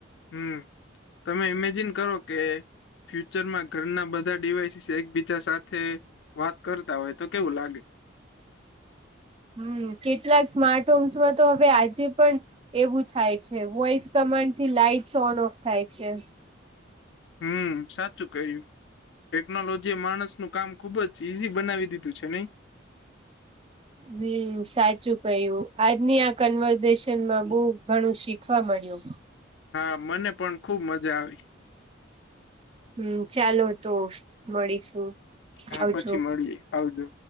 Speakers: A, on the left; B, on the right.
A: હમ, તમે ઇમેજિન કરો કે ફ્યુચરમાં ઘરના બધા ડિવાઈસીસ એકબીજા સાથે વાત કરતા હોય તો, કેવું લાગે?
B: હમ, કેટલાક સ્માર્ટ હોમ્સમાં તો, હવે આજે પણ એવું થાય છે, વોઈસ કમાન્ડ થી લાઈટસ ઓન ઓફ થાય છે.
A: હમ, સાચું કહ્યું, ટેકનોલોજી એ માણસ નું કામ ખુબ જ ચીઝી બનાવી દીધું છે નઈ.
B: હમ, સાચું ક્યું, આજની આ કન્વર્ઝેશનમાં બહુ ઘણું શીખવા મળ્યું.
A: હા, મને પણ ખુબ મજા આવી.
B: હમ, ચાલો તો મળીશું.
A: હા,
B: આવજો.
A: પછી મળીએ આવજો.